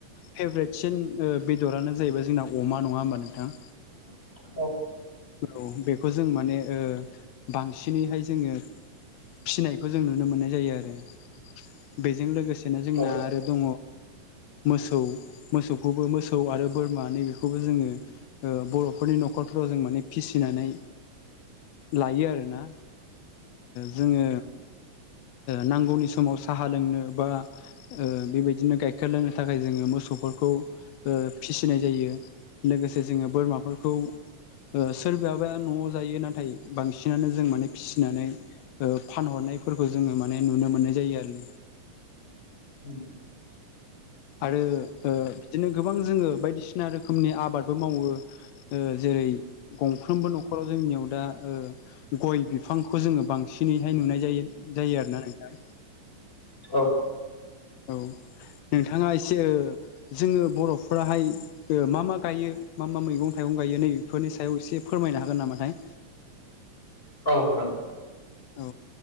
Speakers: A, on the left (about 70°); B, on the left (about 15°).
A: फेभरेटसिन बेदरानो जाहैबाय जोंना अमा नङा होमबा नोंथां
B: <inaudible>
A: औ बेखौ जों माने बांसिनैहाय जोङो फिनायखौ जों नुनो मोननाय जायो आरो बेजों लोगोसेनो जोंना
B: औ
A: आरो दङ मोसौ मोसौखौबो मोसौ आरो बोरमा नैबेखौबो जोङो बर'फोरनि न'खरफोराव जों माने फिसिनानै लायो आरो आरोना जोङो नांगौनि समाव साहा लोंनो बा बेबायदिनो गाइखेर लोंनो थाखाय जोङो मोसौफोरखौ फिसिनाय जायो लोगोसे जोङो बोरमाफोरखौ सोरबाबाया न'आव जायो नाथाय बांसिनानो जों माने फिसिनानै फानहरनायफोरखौ जोङो माने नुनो मोननाय जायो आरो
B: उ
A: आरो बिदिनो गोबां जोङो बायदिसिना रोखोमनि आबादबो मावो जेरै गंफ्रोमबो न'खराव जोंनियाव दा गय बिफांखौ जोङो बांसिनैहाय नुनाय जायो जायो आरोना नोंथां
B: औ
A: औ नोंथाङा एसे जोङो बर'फोराहाय मा मा गायो मा मा मैगं थाइगं गायो नै बेफोरनि सायाव एसे फोरमायनो हागोन नामाथाय
B: औ हरो
A: औ